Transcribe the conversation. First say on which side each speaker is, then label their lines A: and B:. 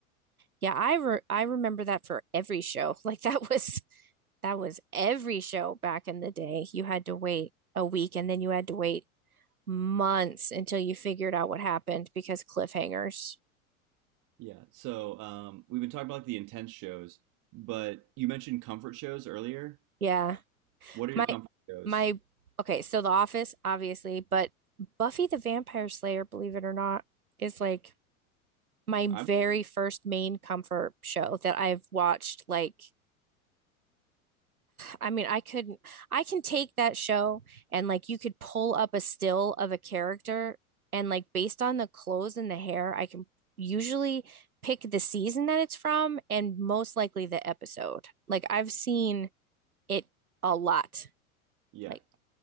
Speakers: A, on the right (about 85°); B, on the right (about 45°).
A: Yeah, I re I remember that for every show. <laughs> Like that was that was every show back in the day. You had to wait a week and then you had to wait months until you figured out what happened because cliffhangers.
B: Yeah. So, um we've been talking about like the intense shows, but you mentioned comfort shows earlier.
A: Yeah.
B: What are
A: My
B: your comfort shows?
A: my okay, so The Office, obviously, but Buffy the Vampire Slayer, believe it or not, is like my very
B: I'm
A: first main comfort show that I've watched like I mean, I could not I can take that show and like you could pull up a still of a character and like based on the clothes and the hair, I can usually pick the season that it's from and most likely the episode. Like I've seen it a lot.
B: yeah.
A: Like